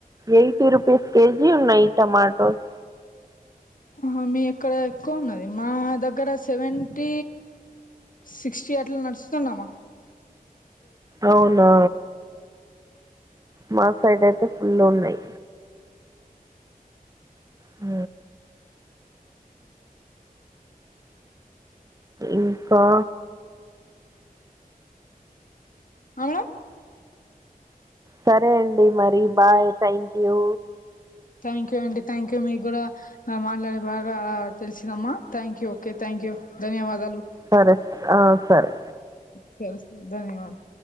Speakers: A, on the right (about 25°); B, on the left (about 60°).
A: ఎయిటీ రుపీస్ కేజీ ఉన్నాయి టమాటోస్
B: ఆ మీ ఇక్కడ ఎక్కువ ఉన్నది మా దగ్గర సెవెంటీ సిక్స్టీ అట్లా నడుస్తున్నామా
A: అవునా మా సైడ్ అయితే ఫుల్ ఉన్నాయి ఆ ఇంకా
B: అవును
A: సరే అండి మరి bye thank you
B: thank you అండి థ్యాంక్ యూ మీకు కూడా మాట్లాడ బాగా తెలిసిందమ్మా thank you okay thank you కు ధన్యవాదాలు
A: సరే సరే ఆ సరే
B: సర సర ధన్యవాదలు